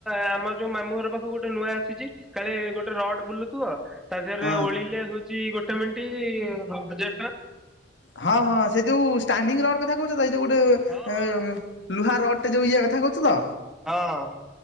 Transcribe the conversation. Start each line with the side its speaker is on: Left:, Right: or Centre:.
Centre: ଆମ ଯୋଉ ମାମୁଁ ଘର ପାଖକୁ ଗୋଟେ ନୂଆ ଆସିଛି। କାଳେ ଗୋଟେ ରଡ଼ ବୁଲୁଥୁବ ଅ। ତା ଦେହରେ
Left: ହଁ
Centre: ଓଳିଲେ ହଉଛି ଗୋଟେ ମିଣ୍ଟି ହଜାରେ ଟଙ୍କା।
Left: ହଁ ହଁ ସେ ଯୋଉ ଷ୍ଟାଣ୍ଡି ରଡ କଥା କହୁଛ ତ ଏଇ ଯୋଉ ଗୋଟେ।
Centre: ହଁ ହଁ
Left: ଲୁହା ରଡ଼ ଟେ ଯୋଉ ଇଏ କଥା କହୁଚୁତ।
Centre: ହଁ ହଁ।